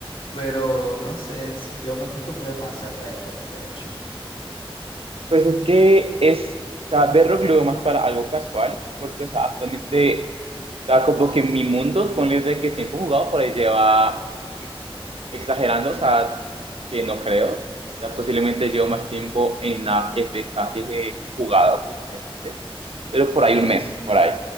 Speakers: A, on the left (about 60°); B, on the right (about 75°).
A: pero no sé, es- yo me acostumbré más a Bedrock, de hecho.
B: Pues es que es, o sea, verlo lo veo más para algo casual, porque, o sea, actualmente, o sea, como que mi mundo, ponle de que tiempo jugado por ahí lleva, eh, exagerando, o sea, que no creo, o sea, posiblemente llevo
A: Ujú,
B: más tiempo en la FK que he jugado, posiblemente, pero por ahí un
A: ujú,
B: mes, por ahí.